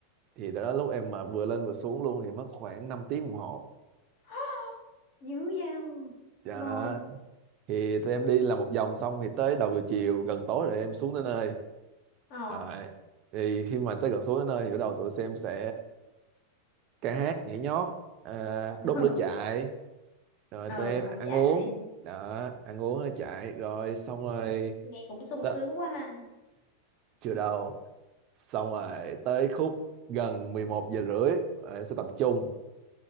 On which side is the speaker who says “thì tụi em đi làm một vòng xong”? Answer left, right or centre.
Right